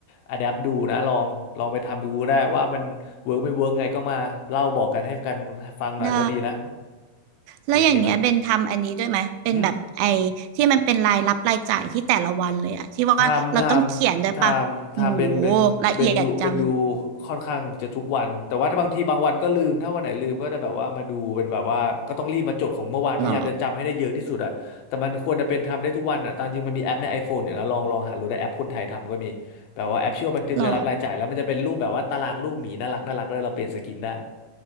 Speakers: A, on the left; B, on the right.
A: อะแดปดูนะลองลองไปทำดูได้ว่ามันเวิร์กไม่เวิร์กไงก็มาเล่าบอกกันให้กันฟังหน่อยก็ดีนะ
B: ได้แล้วอย่างเงี้ยเบนทำอันนี้ด้วยไหมเป็นแบบไอ้
A: โอเคไหมอืม
B: ที่มันเป็นรายรับรายจ่ายที่แต่ละวันเลยอะที่ว่าเราต้องเขียนด้วยปะโห
A: ทำทำทำทำเป็นเป็นเป็นดูเป็นดู
B: ละเอียดจัง
A: ค่อนข้างจะทุกวันแต่ว่าถ้าบางทีบางวันก็ลืมถ้าวันไหนลืมก็จะแบบว่ามาดูเป็นแบบว่าก็ต้องรีบมาจดของเมื่อวานพยายามจะจำให้ได้เยอะที่สุดอะแต่มันควรจะเป็นทำได้ทุกวันอะตามจริงมันมีแอปใน
B: หรอ
A: iPhone อยู่นะลองลองหาดูได้แอปคนไทยทำก็มีแบบว่าแอปชื่อว่าบันทึกรายรับรายจ่ายแล้วมันจะเป็นรูปแบบว่าตารางรูปหมีน่ารักน่ารักแล้วยเราเปลี่ยนสกินได้
B: หรอ